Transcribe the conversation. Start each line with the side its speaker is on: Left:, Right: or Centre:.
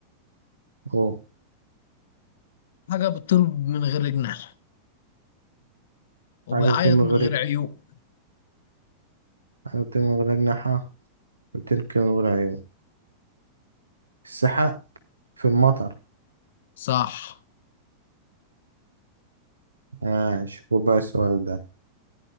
Right: أوه.
Left: حاجة بتطير من غير جناح وبيعيط
Right: حاجة بتنمو
Left: من
Right: من غير
Left: غير عيون
Right: حاجة بتنمو من غير أجنحة وبتنكر من غير عيون السحاب في المطر
Left: صح
Right: ماشي وبقى السؤال ده